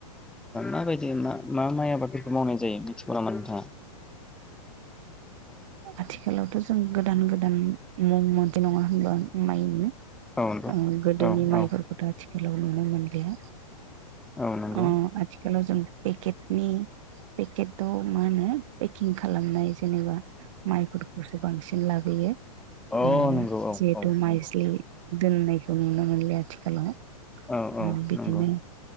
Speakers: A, in the centre; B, on the right (about 55°).
A: माबायदि मा मा माइ आबादफोरखौ मावनाय जायो मिथिगौ नामा नोंथाङा
B: आथिखालावथ जों गोदान गोदान मुं मोन्थियो नङा होनबा माइनि?
A: औ नंगौ
B: ओ गोदोनि
A: औ
B: माइफोरखौथ
A: औ
B: आथिखा लाव नुनो मोनलिया।
A: औ नंगौ
B: अ आथिखालाव जों पेकेटनि पेकेटाव मा होनो पेकिं खालामनाय जेनेबा माइफोरखौसो बांसिन लाबोयो।
A: अ
B: ओ
A: नंगौ औ
B: जेहेथु
A: औ
B: माइ
A: नंगौ
B: जोलै दोननाय खौ नुनो मोनला आथिखालाव ओ
A: औ औ
B: बिदिनो
A: नंगौ